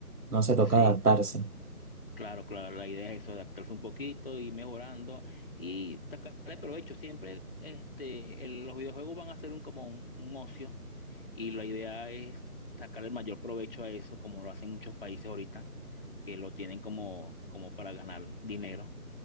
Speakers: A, on the right; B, on the left.
A: no se toca
B: Sí,
A: adaptarse.
B: claro, claro, la idea es eso, adaptarse un poquito, ir mejorando y sacarle provecho. Siempre este, el- los videojuegos van a ser un, como un, un ocio y la idea es sacarle el mayor provecho a eso, como lo hacen muchos países ahorita que lo tienen como, como para ganar dinero.